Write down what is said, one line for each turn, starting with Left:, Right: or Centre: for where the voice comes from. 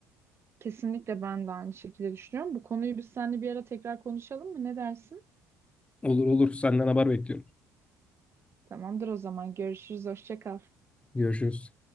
Right: Kesinlikle ben de aynı şekilde düşünüyorum. Bu konuyu biz seninle bir ara tekrar konuşalım mı? Ne dersin?
Left: Olur olur senden haber bekliyorum.
Right: Tamamdır o zaman. Görüşürüz. Hoşça kal.
Left: Görüşürüz.